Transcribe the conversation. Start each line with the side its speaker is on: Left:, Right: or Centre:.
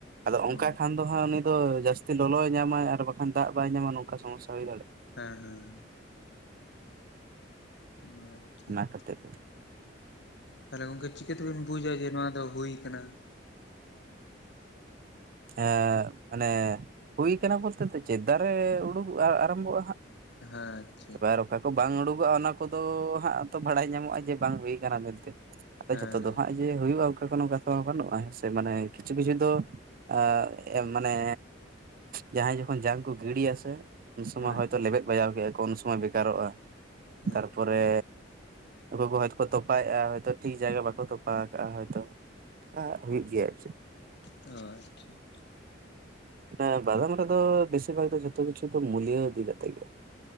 Right: ᱟᱫᱚ ᱚᱱᱠᱟ
Left: ᱚ
Right: ᱠᱷᱟᱱᱼᱼ ᱫᱚ ᱦᱟᱸᱜ ᱩᱱᱤ ᱫᱚ ᱡᱟᱹᱥᱛᱤ ᱞᱚᱞᱚᱭ ᱧᱟᱢᱟᱭ ᱟᱨ ᱵᱟᱠᱷᱟᱱ ᱫᱟᱜ ᱵᱟᱭ ᱧᱟᱢᱟ ᱱᱚᱝᱠᱟ ᱥᱚᱢᱚᱥᱥᱟ ᱦᱩᱭ ᱫᱟᱲᱮᱭᱟᱜᱼᱟ
Left: ᱦᱮᱸ ᱦᱮᱸ ᱚ ᱟᱪᱪᱷᱟ
Right: ᱚᱱᱟ ᱠᱷᱟᱹᱛᱤᱨ
Left: ᱪᱷᱟ ᱛᱟᱦᱞᱮ ᱚᱱᱠᱟ ᱪᱤᱠᱟᱹ ᱛᱮᱵᱮᱱ ᱵᱩᱡᱼᱟ ᱡᱮ ᱱᱚᱣᱟ ᱫᱚ ᱦᱩᱭ ᱠᱟᱱᱟ᱾
Right: ᱮᱸ ᱢᱟᱱᱮ ᱦᱩᱭ ᱠᱟᱱᱟ ᱵᱚᱞᱛᱮ ᱫᱚ ᱪᱮᱫ ᱫᱟᱨᱮ ᱩᱰᱩᱠᱜᱼᱟ ᱟᱨᱟᱢᱵᱷᱚᱜᱼᱟ ᱦᱟᱸᱜ᱾
Left: ᱦᱮᱸ ᱟᱪᱪᱷᱟ
Right: ᱵᱟᱭ ᱨᱚᱠᱷᱟ ᱠᱚ ᱵᱟᱝ ᱩᱰᱩᱠᱚᱜᱼᱟ ᱚᱱᱟ ᱠᱚᱫᱚ ᱦᱟᱸᱜ ᱛᱚ ᱵᱟᱰᱟᱭ ᱧᱟᱢᱚᱜᱼᱟ ᱡᱮ ᱵᱟᱝ ᱦᱩᱭ ᱠᱟᱱᱟ ᱢᱮᱱᱛᱮ, ᱟᱫᱚ
Left: ᱦᱮᱸ
Right: ᱡᱷᱚᱛᱚ
Left: ᱦᱮᱸ
Right: ᱫᱚ ᱦᱟᱸᱜ ᱡᱮ ᱦᱩᱭᱩᱜᱼᱟ ᱚᱱᱠᱟ ᱠᱚᱱᱚ ᱠᱟᱛᱷᱟ ᱢᱟ ᱵᱟᱹᱱᱩᱜ ᱦᱮ ᱥᱮ ᱢᱟᱱᱮ ᱠᱤᱪᱷᱩ ᱠᱤᱪᱷᱩ ᱫᱚ ᱟ ᱢᱟᱱᱮ ᱡᱟᱦᱟᱸᱭ ᱡᱚᱠᱷᱚᱱ ᱡᱟᱝ ᱠᱚ ᱜᱤᱰᱤᱭᱟ ᱥᱮ ᱩᱱ ᱥᱚᱢᱚᱭ
Left: ᱦᱳᱭ
Right: ᱦᱚᱭᱛᱚ ᱞᱮᱵᱮᱫ ᱵᱟᱡᱟᱣ ᱠᱮᱜᱼᱟ ᱠᱚ ᱩᱱ ᱥᱚᱢᱚᱭ ᱵᱮᱠᱟᱨᱚᱜᱼᱟ
Left: ᱦᱮᱸ
Right: ᱛᱟᱨ ᱯᱚᱨᱮ ᱚᱠᱚᱭ ᱠᱚ ᱦᱚᱭ ᱛᱚᱠᱚ ᱛᱚᱯᱟᱭᱮᱜᱼᱟ ᱴᱷᱤᱠ ᱡᱟᱭᱜᱟ ᱵᱟᱠᱚ ᱛᱚᱯᱟ ᱟᱠᱟᱜᱼᱟ ᱦᱭᱛᱚ᱾ ᱠᱟ ᱦᱩᱭᱩᱜ ᱜᱮᱭᱟ ᱟᱨ ᱪᱮᱫ
Left: ᱟ ᱴᱷᱤᱠ᱾
Right: ᱦᱮᱸ ᱵᱟᱜᱟᱱ ᱨᱮᱫᱚ ᱵᱮᱥᱤᱨ ᱵᱷᱟᱜ ᱫᱚ ᱡᱷᱚᱛᱚ ᱠᱤᱪᱷᱩ ᱫᱚ ᱢᱩᱞᱭᱚ ᱤᱫᱤ ᱠᱟᱛᱮᱜ ᱜᱮ᱾